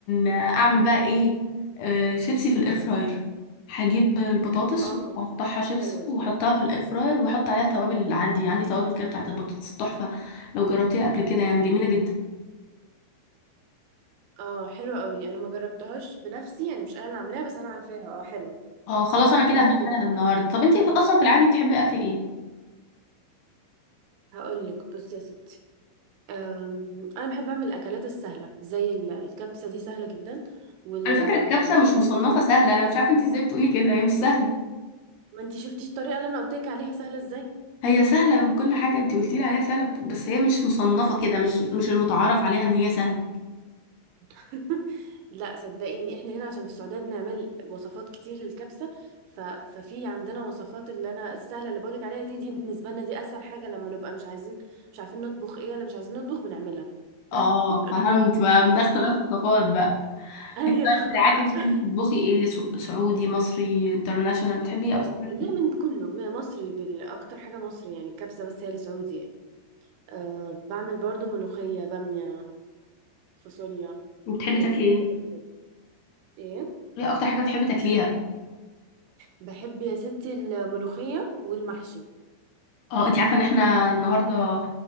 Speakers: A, on the left (about 65°); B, on the right (about 80°).
A: اعمل بقى ايه آه، شيبسي في الاير فراير هجيب البطاطس
B: اه
A: واقطعها شيبسي
B: حلوه
A: واحطها
B: دي
A: في الاير فراير واحط عليها توابل اللي عندي عندي توابل كده بتاعت البطاطس تحفة لو جربتيها قبل كده يعني جميلة جدا
B: اه حلوة قوي انا ما جربتهاش بنفسي يعني مش انا اللي عاملاها بس انا عارفاها اه حلوة
A: اه خلاص انا كده
B: اعملي
A: هعملها
B: كده
A: النهارده طب انتي اصلا في العادي بتحبي اكل ايه
B: هقول لك بصي يا ستي أم، انا بحب اعمل الاكلات السهله زي ال- الكبسه دي سهله جدا وال
A: على فكرة
B: أم،
A: الكبسة مش
B: ممكن
A: مصنفة سهلة انا مش عارفة انتي ازاي بتقولي كده هي مش سهلة
B: ما انتي شفتيش الطريقه اللي انا قلت لك عليها سهله ازاي
A: هي سهلة وكل حاجة انت قلتي لي عليها سهلة بس هي مش مصنفة كده مش مش المتعارف عليها ان هي سهلة
B: <laughs> لا صدقيني احنا هنا عشان في السعوديه بنعمل وصفات كتير للكبسه ف... ففي عندنا وصفات اللي انا السهله اللي بقولك عليها دي دي بالنسبه لنا دي اسهل حاجه لما نبقى مش عايزين مش عارفين نطبخ ايه ولا مش عايزين نطبخ بنعملها
A: اه
B: <laughs>
A: فهمت بقى ده اختلاف ثقافات بقى <laughs>
B: ايوه
A: انت بقى في العادي
B: <laughs>
A: بتحبي تطبخي ايه سو- سعودي مصري انترناشونال بتحبي ايه
B: آه،
A: اكتر حاجة-
B: لا من كله م- مصري بال- اكتر حاجه مصري يعني الكبسه بس هي السعودي يعني أه بعمل برضو ملوخيه باميه فاصوليا
A: وبتحبي
B: عادي
A: تاكلي
B: يعني بحب
A: ايه
B: الكل ايه
A: ايه اكتر حاجة بتحبي تاكليها
B: بحب يا ستي الملوخيه والمحشي
A: اه انت عارفة ان احنا النهاردة